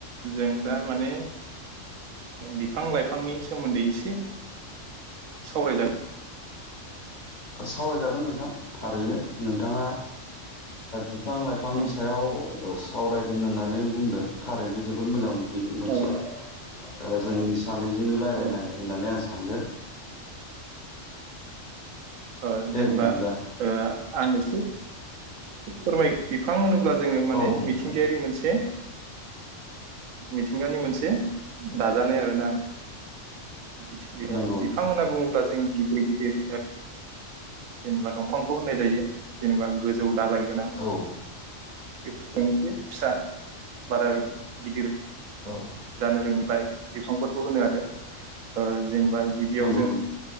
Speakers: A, on the right; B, on the left.
A: जों दा माने बिफां लाइफांनि सोमोनदै एसे सावरायजागोन
B: सावरायजागोन नोंथां थारैनो नोंथाङा बिफां लाइफांनि
A: औ
B: सायाव सावरायगोन होननानै बुंदों थारैनो जोबोद मोजां। बेयो मोनसे
A: औ
B: ओ जोंनि सानैजोंनो रायज्लायनाय
A: औ
B: होननानै आं सानगोन
A: ओ
B: दे
A: जेनेबा
B: बिदिब्ला
A: ओ आं एसे फोरमाय बिफां होन अब्ला जोङो माने
B: औ नोंथां
A: मिथिंगायारि मोनसे मिथिंगानि मोनसे दाजानाय आर ना बिथिं
B: नंगौ
A: ओ बिफां
B: नोंथां
A: होनना बुङोब्ला ों गिदिर गिदिर जेनेबा दंफांखौ होननाय जायो जेनेबा गो जौ दालाय गोनां
B: औ
A: बेफोरखौनो फिसा बारा गिदिर
B: औ
A: जानो रोङिल बिफांफोरखौ होनो आरो जेनेबा गिबियाव
B: नंगौ
A: जों
B: नंगौ